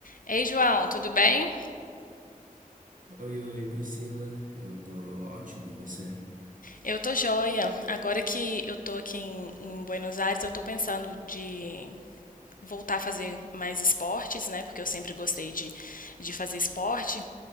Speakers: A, on the left; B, on the right.
A: Ei, João, tudo bem?
B: Oi, oi, Priscila. Eu tô ótimo, e você?
A: Eu tô joia. Agora que eu tô aqui em, em Buenos Aires, eu tô pensando de voltar a fazer mais esportes, né? Porque eu sempre gostei de, de fazer esporte.